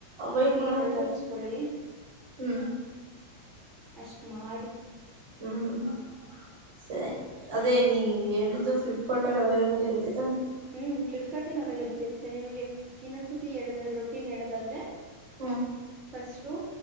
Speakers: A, on the right (about 50°); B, on the right (about 25°).
A: ಅವೈಡ್
B: ಈ ಕ್ರೀಮ್
A: ಮಾಡಕ್ಕೆ
B: ಎಲ್ಲ ಹಚ್ಕೊಳಿ.
A: ಹ್ಮ್
B: ಅಷ್ಟ್ ಮಾಡಿ.
A: ಹ್ಮ್ ಸರಿ ಅದೇ ನೀ ಹೇಳಿದ್ದು ಫ್ಲಿಪ್ಕಾರ್ಟ್ ಅಲ್ಲಿ ಅವೈಲಬಲ್ ಇರುತ್ತೆ ತಾನೆ
B: ಹ್ಮ್ ಫ್ಲಿಪ್ಕಾರ್ಟ್ ಎಲ್ ಅವೈಲೆಬಲ್ ತ್ತೆ ನಿಮ್ಗೆ ಇನ್ನೊಂದ್ಸತಿ ಹೇಳದಾದ್ರೆ ರೊಟೀನ್ ಹೇಳೋದಾದ್ರೆ.
A: ಹು
B: ಫಸ್ಟು